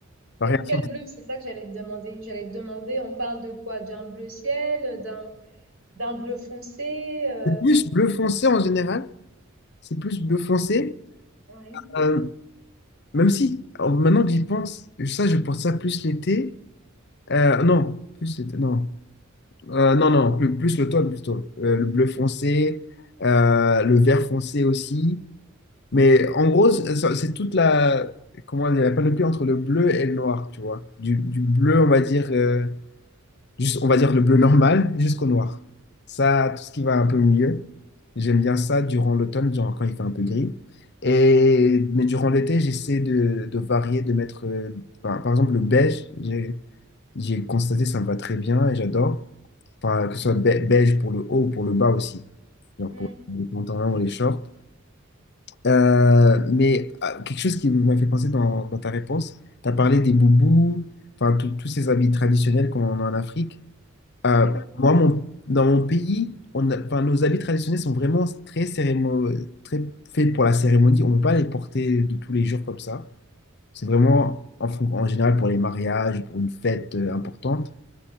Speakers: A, on the right; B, on the left.
A: Oui,
B: variations.
A: quel bleu? C'est ça que j'allais te demander. J'allais te demander, on parle de quoi? D'un bleu ciel, d'un d'un bleu foncé. euh,
B: C'est plus bleu foncé en général, c'est plus bleu foncé.
A: ouais.
B: Euh, même si euh, maintenant que j'y pense, ça je porte ça plus l'été. Euh, non, plus l'été, non. Euh, non, non, plus, plus l'automne plutôt. Euh, le bleu foncé, euh, le vert foncé aussi. Mais en gros, c'est c'est toute la, comment dire, la panoplie entre le bleu et le noir, tu vois. Du, du bleu, on va dire, euh, juste, on va dire le bleu normal jusqu'au noir. Ça, tout ce qui va un peu mieux. J'aime bien ça durant l'automne, genre quand il fait un peu gris. Et, mais durant l'été, j'essaie de, de varier, de mettre, euh, par, par exemple, le beige. J'ai j'ai constaté, ça me va très bien et j'adore. Enfin, que ce soit be- beige pour le haut ou pour le bas aussi. Genre
A: Mm,
B: pour les pantalons ou les shorts. Euh, mais ah, quelque chose qui m'a fait penser dans, dans ta réponse, tu as parlé des boubous, enfin tout- tous ces habits traditionnels qu'on a en Afrique. Euh,
A: oui,
B: moi, mon, dans mon pays, on a- enfin, nos habits traditionnels sont vraiment très, cérémo- très faits pour la cérémonie. On ne peut pas les porter de tous les jours comme ça. C'est vraiment en, fon- en général pour les mariages, pour une fête euh, importante.